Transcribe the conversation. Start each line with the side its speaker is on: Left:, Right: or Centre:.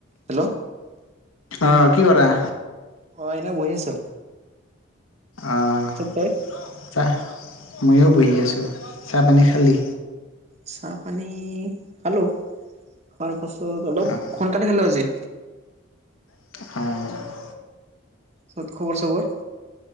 Right: হেল্ল'।
Left: অ' কি কৰা?
Right: অ' এনে বহি আছোঁ।
Left: অ'
Right: তই
Left: চাহ, ময়ো বহি আছোঁ। চাহ পানী খালি?
Right: চাহ পানী খালোঁ, খোৱাৰ পাছত অলপ
Left: আহ
Right: সোনকালে খালোঁ আজি।
Left: অ'
Right: পিছত খবৰ চবৰ?